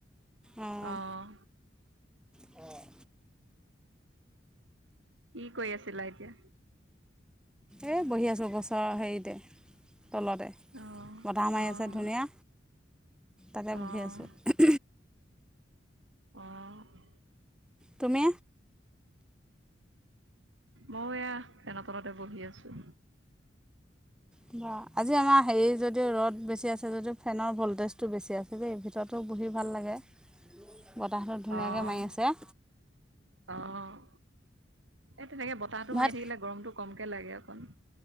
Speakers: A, in the centre; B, on the right (about 85°).
A: উম
B: অ'।
A: অ'।
B: কি কৰি আছিলা এতিয়া।
A: এই বহি আছোঁ গছৰৰ হেৰিতে তলতে,
B: অ',
A: বতাহ মাৰি
B: অ',
A: আছে ধুনীয়া, তাতে
B: অ',
A: বহি আছোঁ।
B: অ'।
A: তুমি?
B: মইও এয়া ফেনৰ তলতে বহি আছোঁ।
A: <unintelligible> আজি আমাৰ হেৰি যদিও ৰ'দ বেছি আছে যদিও ফেনৰ ভল্টেজটো বেছি আছে দেই ভিতৰতো বহি ভাল লাগে। বতাহতো ধুনীয়াকৈ
B: অ',
A: মাৰি আছে।
B: অ' এই তেনেকে বতাহটো
A: ভাত
B: মাৰি থাকিলে গৰমতো কমকে লাগে অকণ।